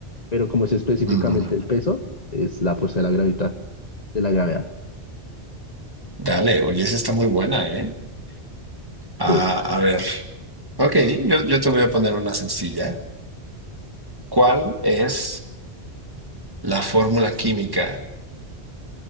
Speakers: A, on the left; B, on the right.
A: pero como es específicamente
B: Mm,
A: el peso, es la fuerza de la gravedad, de la gravedad.
B: dale, oye, esa está muy buena, ¿eh? Ah,
A: Sí,
B: a ver, ok, yo, yo te voy a poner una sencilla. ¿Cuál es la fórmula química